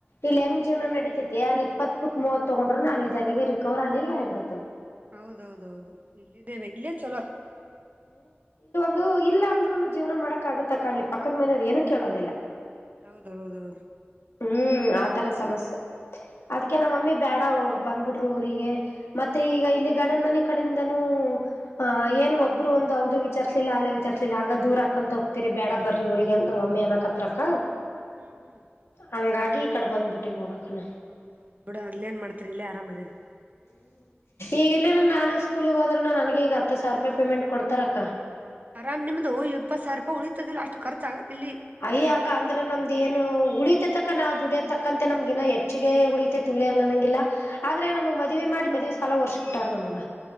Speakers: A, on the left; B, on the right.
A: ಇಲ್ಲಿ ಹೆಂಗ ಜೀವನ ನಡಿತೈತಿ ಅಲ್ಲಿ ಇಪ್ಪತ್ತು ಬಿಟ್ ಮೂವತ್ ತಗೊಂಡ್ರು ಅಲ್ಲಿ ಅಲ್ಲಿಗೆ ರಿಕವರಿ ಆಗ ಅಲ್ಲಿಗೆ ಆಗ್ಬಿಡೋತು
B: ಹೌದೌದೌದು ಇಲ್ಲಿದ್ದೇವೆ ಇಲ್ಲೇ ಚಲೋ
A: ಅದು ಇಲ್ಲ ಅಂದ್ರುನು ಜೀವನ ಮಾಡಕ್ ಆಗುತ್ತಕ್ಕ ಅಲ್ಲಿ ಪಕ್ಕದ ಮನೆಯವರು ಏನು ಕೇಳೋದಿಲ್ಲ
B: ಹೌದೌದೌದು
A: ಹ್ಮ್ ಆತರ ಸಮಸ್ಯೆ
B: ಹ್ಮ್
A: ಅದ್ಕೆ ನಮ್ಮಮ್ಮಿ ಬೇಡ ಬಂದ್ಬಿಟ್ರು ಊರಿಗೆ ಮತ್ತೆ ಈಗ ಇಲ್ಲಿ ಗಂಡನ್ಮನೆ ಕಡಿಂದನೂ ಆ ಏನು ಒಬ್ರು ಒ ಹೌದು ವಿಚಾರ್ಸಲಿಲ್ಲ ಅಲ್ಲೆ ವಿಚಾರ್ಸಲಿಲ್ಲ ಹಂಗ ದೂರ ಹಕಂತ ಹೋಗ್ತಿರಿ ಬೇಡ ಬರ್ರಿ ಊರಿಗೆ ನಮ್ಮಮ್ಮಿ ಅನಕತ್ರಕ್ಕ
B: ಹ್ಮ್ ಹ್ಮ್
A: ಹಂಗಾಗಿ ಈ ಕಡೆ ಬಂದ್ಬಿಟ್ಟೆ ನೋಡಕ್ ಹ್ಮ್
B: ಹೌದೌದು ಬಿಡ ಅಲ್ಲೇನ್ ಮಾಡ್ತೀರಿ ಇಲ್ಲೇ ಆರಾಮ್ ಅದಿರಿ
A: ಈಗಲ್ಲೆಲ್ಲ ನಾನು ಸ್ಕೂಲ್ ಹೋದ್ರೆ ನನಗೆ ಈ ಹತ್ತು ಸಾವಿರ ರೂಪಾಯಿ ಪೇಮೆಂಟ್ ಕೊಡ್ತಾರಕ್ಕ
B: ಆರಾಮ್ ನಿಮ್ದು ಹೂ ಇಪ್ಪ ಸಾವಿರ ರೂಪಾಯಿ ಉಳಿತತದಿಲ್ಲ ಅಷ್ಟು ಖರ್ಚ ಇಲ್ಲಿ
A: ಅಯ್ಯ್ಯಾಕ ಅಂದ್ರ ನಮ್ದ ಏನು ಉಳಿತ ತಕ ನಾವವು ದುಡಿಯೋತಕ್ಕಂತೆ ನಮಗಾ ಹೆಚ್ಚಿಗೆ ಉಡಿತತೆ ತುಳಿಯ ಅಲ್ಲ ನಂಗಿಲ್ಲಾ ಆದ್ರೆ ನಮ್ಗ್ ಮದ್ವೆ ಮಾಡಿ ಮದ್ವೆ ಸಾಲ ಹೊರ್ಬಿಟ್ಟಾರ ನಮಗ